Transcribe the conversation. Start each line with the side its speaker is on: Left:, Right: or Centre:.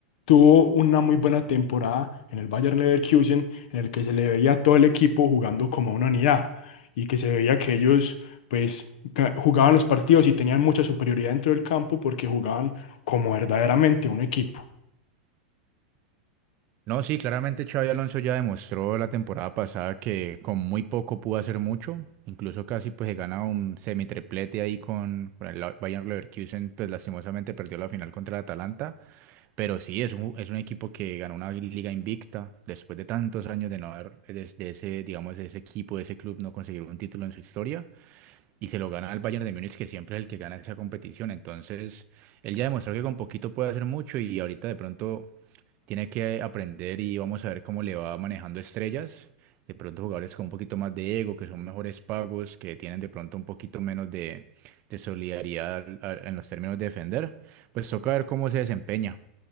Left: tuvo una muy buena temporada en el Bayern Leverkusen, en el que se le veía a todo el equipo jugando como una unidad y que se veía que ellos pues ga- jugaban los partidos y tenían mucha superioridad dentro del campo porque jugaban como verdaderamente un equipo.
Right: No, sí, claramente Xavi Alonso ya demostró la temporada pasada que con muy poco pudo hacer mucho, incluso casi pues se gana un semitriplete ahí con, con el La- Bayern Leverkusen, pues lastimosamente perdió la final contra el Atalanta, pero sí, es un, es un equipo que ganó una liga invicta después de tantos años de no haber, de, de ese, digamos, de ese equipo, de ese club no conseguir un título en su historia, y se lo gana al Bayern de Múnich, que siempre es el que gana esa competición, entonces él ya demostró que con poquito puede hacer mucho y ahorita de pronto tiene que aprender y vamos a ver cómo le va manejando estrellas. De pronto jugadores con un poquito más de ego, que son mejores pagos, que tienen de pronto un poquito menos de, de solidaridad a- en los términos de defender. Pues toca ver cómo se desempeña.